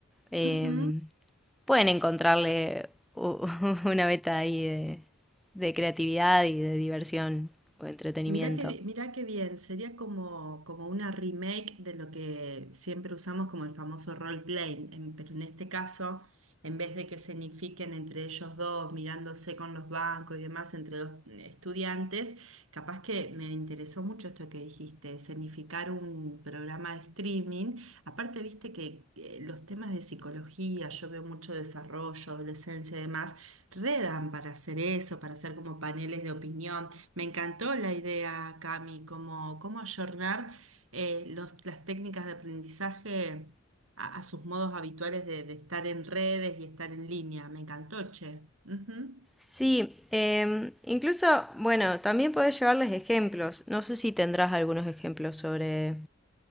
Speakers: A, in the centre; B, on the right.
A: eh,
B: Ujú.
A: pueden encontrarle u- <laughs> una beta ahí de, de creatividad y de diversión o entretenimiento.
B: Mira qué, bi- mirá qué bien, sería como, como una remake de lo que siempre usamos como el famoso role-playing, en- pero en este caso, en vez de que se entre ellos dos, mirándose con los bancos y demás, entre dos eh, estudiantes, capaz que me interesó mucho esto que dijiste, escenificar un programa de streaming. Aparte, viste que eh, los temas de psicología, yo veo mucho desarrollo, adolescencia y demás, redan para hacer eso, para hacer como paneles de opinión. Me encantó la idea, Cami, como cómo ayornar eh, los- las técnicas de aprendizaje a, a sus modos habituales de, de estar en redes y estar en línea. Me encantó, che. Ujú.
A: Sí, em, incluso, bueno, también podés llevarles ejemplos. No sé si tendrás algunos ejemplos sobre